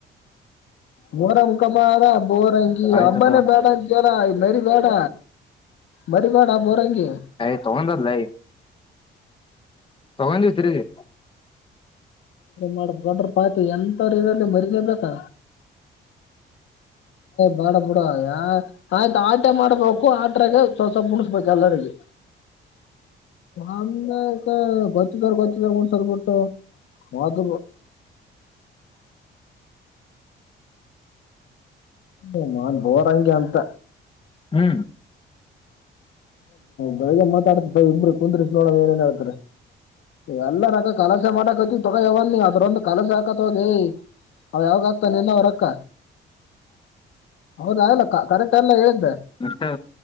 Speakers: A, on the left (about 70°); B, on the left (about 25°).
A: ಮೊರಂ ಕಬಾರ ಬೋರಂಗಿ
B: ಆಯ್ತತ
A: ಅಬ್ಬಾನ ಬೇಡಾರ ಮರಿ ಎಲ್ಲೋಡ ಮರಿಬೇಡ ಬೋರಂಗಿ
B: ಅಯ್ ತಗೊಂಡದ್ಲಯ ತಗೊಂಡಿ ತಿರಿಗೆ
A: ಮಾಡ ದೊಡ್ರ ಪಾತಿ ಎಂತವರು ಇದಲ್ಲಿ ಮರಿಲೇಬೇಕಾ ಬಾಡ ಬುಡ ಯಾರ ಆಯ್ತು ಆಟ ಮಾಡ್ಬೇಕು ಆಟ್ರಾಗ ಸ್ವಲ್ಸಪ ಮುಣಸ್ಬೇಕ ಎಲ್ಲರಿಗೆ ನಂದ ಗೊತ್ತಿದಾರ ಗೊತ್ತಿದಾರ ಮುಡ್ಸರ್ ಬಿಟ್ಟು ಮದ ಹ ಮಾಡ ಬೋರ್ಂಗೆ ಅಂತ
B: ಹ್ಮ್
A: ಬೆಳಗ್ಗೆ ಮಾತಾಡ್ತ ಇಮ್ರರು ಕುಂದ್ರಿಸ ನೋಡ ಏನನ್ ಹೇಳ್ತಾರೆ ಎಲ್ಲ ನಗ ಕಲಸ ಮಾಡಕತಿ ತಗವನ್ ಅದ್ರೊಂದ ಕಲಸ ಹಾಕತ್ಗಿ ಅವ ಯಾವಾಗ ಆಗ್ತಾನೆಲ್ಲ ಅವ್ರು ರೊಕ್ಕ ಹೌದಾಯಲ್ಲ ಕರೆಕ್ಟ್ ಎಲ್ಲ ಹ್ದೆ
B: ಎಷ್ಟೇ